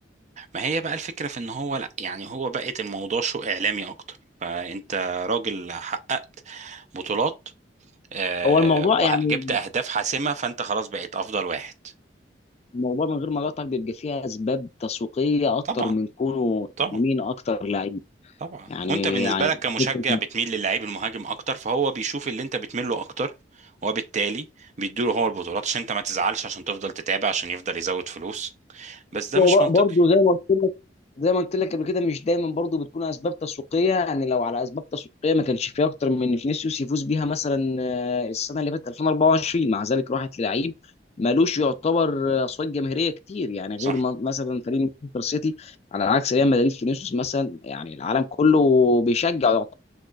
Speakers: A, on the right; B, on the left.
A: ما هي بقى الفكره في ان هو لا يعني هو بقت الموضوع شو اعلامي اكتر فانت راجل حقق بطولات آه
B: هو الموضوع
A: وجبت
B: يعني
A: اهداف حاسمه فانت خلاص بقيت افضل واحد
B: الموضوع من غير ما اقاطعك بيبقى فيه اسباب تسويقيه اكتر
A: طبعا
B: من كونه
A: طبعا
B: مين اكتر لعيب
A: طبعا
B: يعني
A: وانت بالنسبه
B: يعني
A: لك كمشجع
B: فكره
A: بتميل للعيب المهاجم اكتر فهو بيشوف اللي انت بتميل له اكتر وبالتالي بيديله هو البطولات عشان انت ما تزعلش عشان تفضل تتابع عشان يفضل يزود فلوس بس ده
B: هو
A: مش منطقي
B: برضه زي ما قلت لك زي ما قلت لك قبل كده مش دايما برضه بتكون اسباب تسويقيه يعني لو على اسباب تسويقيه ما كانش فيه اكتر من إن فينيسيوس يفوز بيها مثلا آه، السنه اللي فاتت 2024 مع ذلك راحت للعيب مالوش يعتبر آه، اصوات جماهيريه كتير يعني
A: صح
B: غير ما- مثلا فريق مانشستر سيتي على عكس ريال مدريد فينيسيوس مثلا يعني العالم كله بيشجع